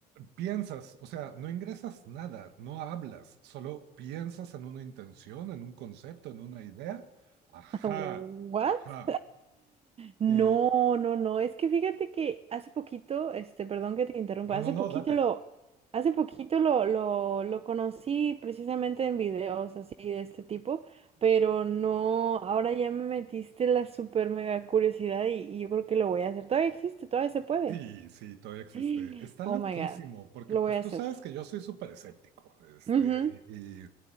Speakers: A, on the right; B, on the right.
A: piensas, o sea, no ingresas nada, no hablas, solo piensas en una intención, en un concepto, en una idea. Ajá,
B: <laughs> ¿What?
A: ajá.
B: No,
A: Eh,
B: no, no, es que fíjate que hace poquito, este, perdón que te interrumpa,
A: no,
B: hace
A: no, no,
B: poquito
A: date.
B: lo, hace poquito lo, lo, lo conocí precisamente en videos así de este tipo, pero no, ahora ya me metiste la super mega curiosidad y, y yo creo que lo voy a hacer. Todavía existe, todavía se puede.
A: Sí, sí, todavía existe.
B: <gasps>
A: Está
B: Oh
A: loquísimo,
B: my God,
A: porque
B: lo
A: pues
B: voy a hacer.
A: tú sabes que yo soy súper escéptico, este,
B: Ujú.
A: y y